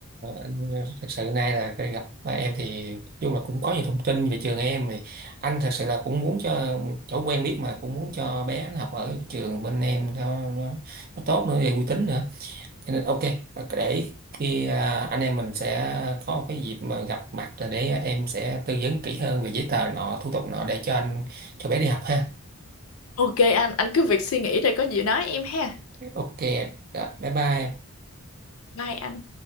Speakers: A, on the right (about 40°); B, on the left (about 65°).
A: anh thật sự nay là cái gặp ba em thì nói chung là cũng có nhiều thông tin về trường em thì anh thật sự là cũng muốn cho chỗ quen biết mà cũng muốn cho bé nó học ở trường bên em nó, nó, nó tốt nữa về uy tín nữa Cho nên ok để khi à, anh em mình sẽ có một cái dịp mà gặp mặt rồi để em sẽ tư vấn kỹ hơn về giấy tờ nọ thủ tục nọ để cho anh cho bé đi học ha
B: ok anh anh cứ việc suy nghĩ rồi có gì nói em ha
A: ok Dạ, bye bye
B: bye anh